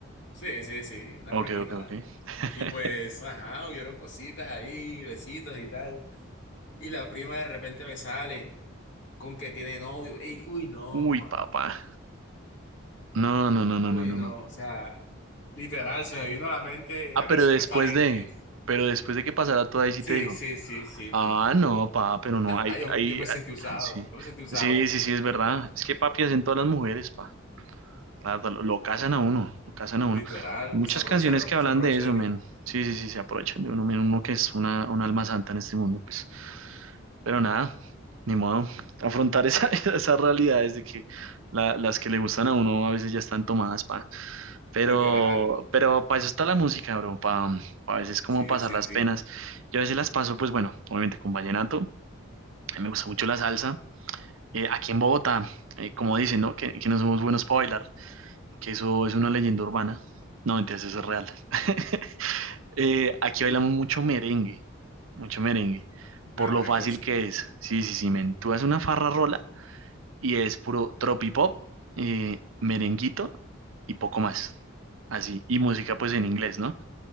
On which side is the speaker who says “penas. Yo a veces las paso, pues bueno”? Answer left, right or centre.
Right